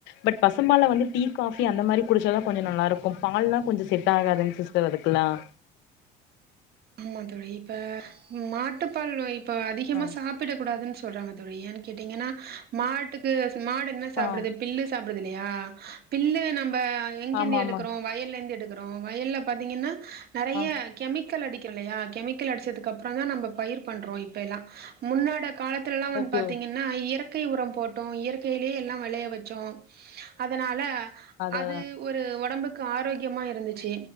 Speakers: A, on the left; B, on the right.
A: பட் பசும்பால வந்து டீ காபி அந்த மாதிரி குடிச்சதான் கொஞ்சம் நல்லா இருக்கு பால்லாம் கொஞ்ச செட் ஆகாதுங் சிஸ்டர் அதுக்குலாம்
B: ஆமா தோழி இப்ப மாட்டுப்பால் அதிகமா
A: ஆ
B: சாப்பிடக்கூடாதுன் சொல் சொல்றாங்க தோழி ஏன்னு கேட்டீங்கன்னா மாட்டுக்கு மாடு என்ன சாப்பிடுது
A: ஆ
B: பில்லு சாப்ப டுது இல்லையா பில்லு நம்ம அஹ் எங்கிருந்து
A: ஆமா ஆமா
B: எடுக்றோம் வயல்ல இருந்து எடுக்குறோம் ப்புறம் வயல்ல பாத்தீங்கன்னா நிறைய
A: ஆ
B: கெமிக் க்கல் அடிக்கிறலையா கெமிக்கல் அடிச்சதுக்கு அப்புறம் தான் நம்ப பயிர் பண்றோம் இப்ப எல்லாம் முன்னாட காலத்திலல்லாம் வந்து
A: ஓகே
B: பாத்தீங்கன்னா இயற் இயற்கை உரம் போட்டோம் இயற்கையிலேயே எல்லாம் விளைய வச்சோம் அதனால
A: அதா
B: அது ஒரு உடம்புக்கு ஆரோக்கியமா இருந்துச்சு